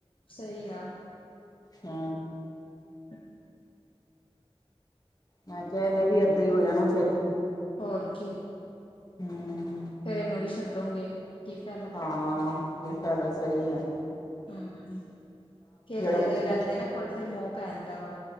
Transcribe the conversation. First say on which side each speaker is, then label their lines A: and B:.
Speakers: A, on the left; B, on the left.
A: ਸਹੀ ਆਂ।
B: ਹੂੰ।
A: ਹੂੰ।
B: ਮੈਂ ਕਿਹਾ ਐਨੇ ਵੀ ਏਦਾਂ ਹੀ ਹੋ ਜਾਣਾ ਫੇਰ।
A: ਹੋਰ ਕੀ।
B: ਹੂੰ।
A: ਫਿਰ ਇਹ ਨੂੰ ਛੱਡੋਗੇ। ਕੀ ਫਾਇਦਾ
B: ਹਾਂ ਇਹ ਫਾਇਦਾ ਸਹੀ ਐ।
A: ਹੂੰ, ਕੇਹੜੀ ਜਗਹ
B: ਕੁਛ
A: ਰਹਿੰਦੇ
B: ਕਰ
A: ਨਾ, ਕੋਲ ਫੇਰ ਮੋਹ ਪੈ ਜਾਂਦਾ ਵਾ।